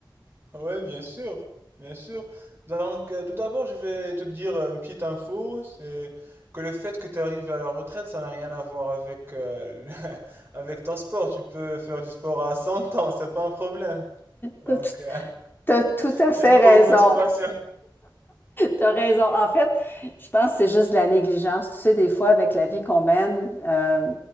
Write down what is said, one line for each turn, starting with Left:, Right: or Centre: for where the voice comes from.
Right: ouais, bien sûr, bien sûr. Donc, euh, tout d'abord, je vais te dire euh, une petite info, c'est que le fait que tu es arrivé à la retraite, ça n'a rien à voir avec euh, <laughs> le- avec ton sport. Tu peux faire du sport à 100 ans, c'est pas un problème.
Left: T'as
Right: Donc,
Left: tout,
Right: euh,
Left: t'as tout
Right: <laughs>
Left: à fait
Right: juste
Left: raison.
Right: pour motivation.
Left: T'as raison. En fait, je pense que c'est juste de la négligence. Tu sais, des fois, avec la vie qu'on mène, euh,